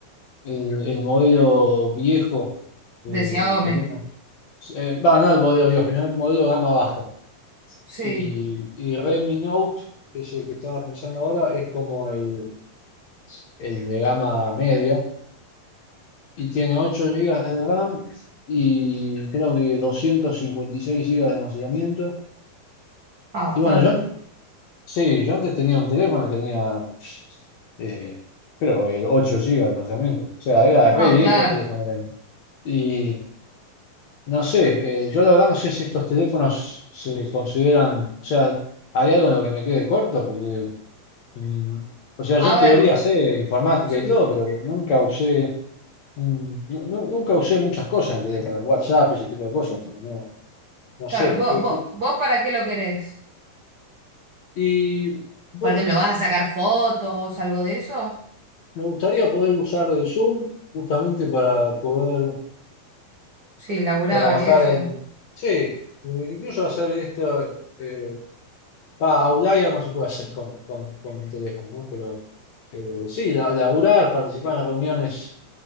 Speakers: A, on the left; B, on the right.
A: el, el modelo viejo. eh,
B: decía Ome.
A: que le Eh, va, no el modelo viejo, sino el modelo gama baja.
B: Sí,
A: Y, y Redmi Note, que es el que estaba pensando ahora, es como el, el de gama media. Y tiene 8 gigas de RAM y creo que 256 gigas de almacenamiento.
B: ah, bastante.
A: Y bueno, yo, an- sí, yo antes tenía un teléfono, que tenía eh, creo que 8 GB de almacenamiento. O sea, era re
B: No,
A: viejo
B: claro.
A: el teléfono también. Y no sé, eh, yo la verdad no sé si estos teléfonos se consideran, o sea, hay algo en lo que me quede corto, porque, mm, o sea, yo
B: A
A: en
B: ver,
A: teoría
B: vo-
A: sé informática
B: sí,
A: y todo, pero que nunca usé, mm, nu- nu- nunca usé muchas cosas en el teléfono, el WhatsApp y ese tipo de cosas, porque no, no
B: claro,
A: sé.
B: vos,
A: qué-
B: vos,
A: qué-
B: ¿vos para qué lo querés?
A: Y vos-
B: Por ejemplo, ¿vas a sacar fotos, algo de eso?
A: me gustaría poder usar el Zoom justamente para poder
B: Sí, laburar
A: trabajar
B: y eso.
A: en... Sí, incluso hacer esto... eh, va, Outlier no se puede hacer con, con, con el teléfono, ¿no? Pero eh, sí, la- laburar, participar en las reuniones